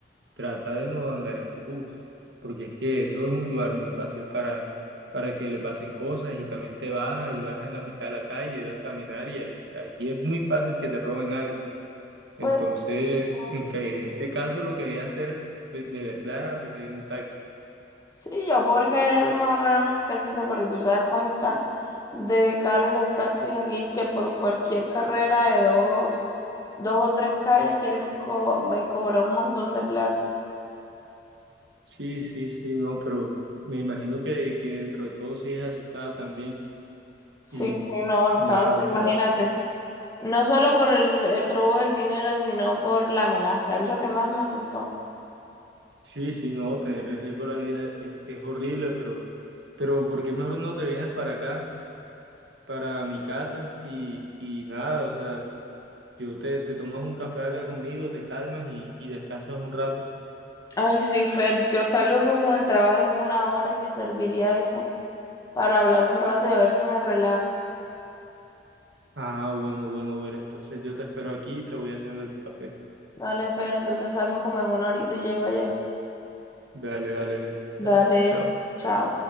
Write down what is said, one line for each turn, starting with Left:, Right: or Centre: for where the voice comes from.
Right: trata de no andar en bus, porque es que eso es un lugar muy fácil para, para que le pasen cosas y también te bajas y vas en la mitad de la calle, debes caminar y ahí, ahí es muy fácil que te roben algo. Entonces,
Left: Pues no.
Right: en, que- en ese caso lo que voy a hacer de, de verdad era pedir un taxi.
Left: sí, yo por quererme ahorrar unos pesitos, porque tú sabes cómo están de caros los taxis aquí, que por cualquier carrera de dos, dos o tres calles quieren co- me cobrar un montón de plata.
Right: Sí, sí, sí, no, pero me imagino que, que dentro de todo sí es asustada también.
Left: Sí,
Right: Y
Left: sí, no, bastante,
Right: nada, o sea,
Left: imagínate. No solo por el, el robo del dinero, sino por la amenaza. Es lo que más me asustó.
Right: sí, sí, no, tener en riesgo la vida es, es horrible, pero, pero ¿por qué mejor no te vienes para acá? para mi casa y, y nada, o sea, yo te, te tomas un café acá conmigo, te calmas y, y descansas un rato.
Left: Ay, sí, Fer, yo salgo como del trabajo en una hora y me serviría eso para hablar un rato y a ver si me relajo.
Right: Ah, bueno, bueno, ver, entonces yo te espero aquí y te voy haciendo el café.
Left: Dale, Fer, entonces salgo como en una horita y llego allá.
Right: Dale, dale, ver, dale,
Left: Dale,
Right: chao.
Left: chao.